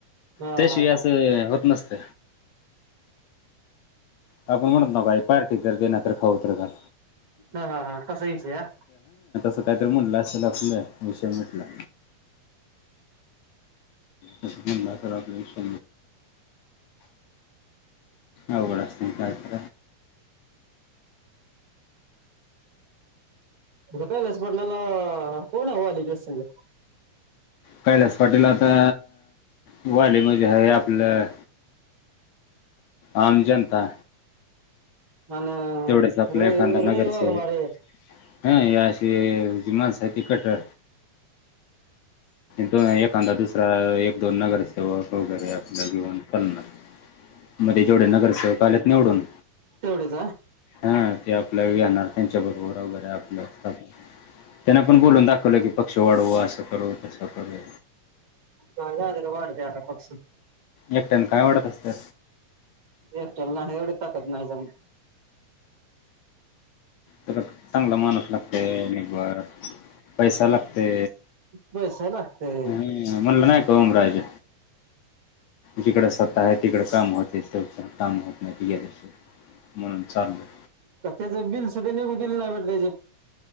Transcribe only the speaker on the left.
त्याशिवाय
असं होत नसत. आपण म्हणत नाव का पार्टी तर दे णाय तर खाऊतर घाल.
स्वतःतरी म्हला असल आपले विषय मिटला. म्हटलं तर आपल्या विष आऊघड असत कायत.
कैलास पाटील आता वाले म्हणजे हे आपलं आम जनता
तेवढेच आपल्या
एखादा नगरसेवक
हा या. तेजे माणसा ते कटर दोन एखादा दुसरा एक दोन नगरसेवक वगैरे आपल्या घेऊन चलणार. मध्ये जेवढे नगरसेवक आलेत निवडून
हा ते आपल्या येणार त्यांच्या बरोबर वगैरे आपलं असतण. त्यांना पण बोलून दाखवलं की पक्ष वाढवू असं करू तसं करू.
एकट्यान काय वाढत असतय.
तला चांगला माणूस लागतय निभर पैसा लागते.
हम म्हणला नायक ओमराज जिकड सत्ता आहे तिकडे काम होतेव काम होत नाही गेल्याशिवाय म्हणून चाललंय.